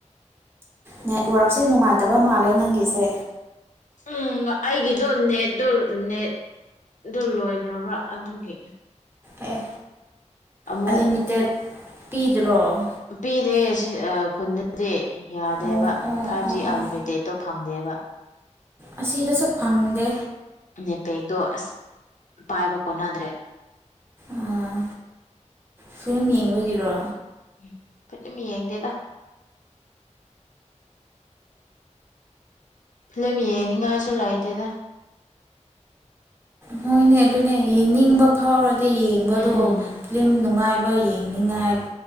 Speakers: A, on the right; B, on the left.
A: ꯅꯦꯠꯋꯔꯛꯁꯦ ꯅꯨꯡꯉꯥꯏꯇꯕ ꯃꯥꯜꯂꯦ ꯅꯪꯒꯤꯁꯦ
B: ꯎꯝ ꯑꯩꯒꯤꯗꯣ ꯅꯦꯠ ꯅꯦꯠꯗꯣ ꯂꯣꯏꯈ꯭ꯔꯕ꯭ꯔꯥ ꯑꯗꯨꯒꯤ
A: ꯑꯦ
B: ꯑꯃꯨꯛ
A: ꯑꯟꯂꯤꯃꯤꯇꯦꯠ ꯄꯤꯗ꯭ꯔꯣ
B: ꯄꯤꯗꯦ ꯁꯤ ꯈꯨꯟꯗ <unintelligible> ꯌꯥꯗꯦꯕ
A: ꯑꯣ ꯑꯣ
B: ꯐꯥꯏꯚ
A: ꯑꯣ
B: ꯖꯤ
A: ꯑꯣ
B: ꯑꯜꯂꯤꯃꯤꯇꯦꯠꯇꯣ ꯐꯪꯗꯦꯕ
A: ꯑꯁꯤꯗꯁꯨ ꯐꯪꯗꯦ
B: ꯅꯦꯠ ꯄꯦꯛꯇꯣ ꯑꯁ ꯄꯥꯏꯕ ꯀꯣꯟꯅꯗ꯭ꯔꯦ
A: ꯑꯣ ꯐꯤꯂꯝ ꯌꯦꯡꯕꯒꯤꯔꯣ
B: ꯎꯝ ꯐꯤꯂꯝ ꯌꯦꯡꯗꯦꯗ ꯐꯤꯂꯝ ꯌꯦꯡꯅꯤꯡꯉꯥꯏꯁꯨ ꯂꯩꯇꯦꯗ
A: ꯍꯣꯏꯅꯦ ꯑꯗꯨꯅꯦ ꯌꯦꯡꯅꯤꯡꯕ ꯐꯥꯎꯔꯗꯤ ꯌꯦꯡꯕꯗꯣ
B: ꯎꯝ
A: ꯐꯤꯂꯝ ꯅꯨꯡꯉꯥꯏꯕ ꯕꯥꯏ ꯌꯦꯡꯅꯤꯡꯉꯥꯏꯕ